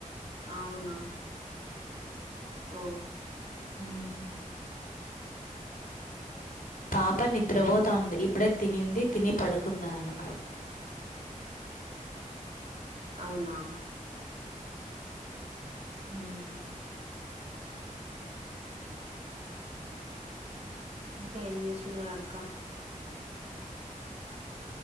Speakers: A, on the right; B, on the left.
A: అవునా ఓ
B: ఉమ్ పాప నిద్రపోతాంది ఇబ్బుడే తినింది, తిని పడుకుందామే
A: అవునా
B: ఉమ్
A: ఇంకా ఏం చేస్తున్నారక్క?